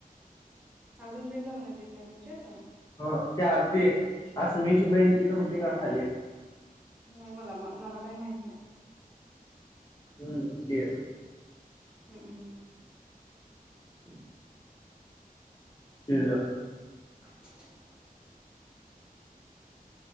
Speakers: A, in the centre; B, on the left (about 25°).
A: अजून बिन लग्नाची एक हाय त्यांच्यात
B: हो ती आरती अस्मिची बहीण ती नव्हती का खाली
A: नाही मला म मला काय माहिती
B: हम्म ते
A: हम्म हम्म <inaudible>
B: तिजा
A: <unintelligible>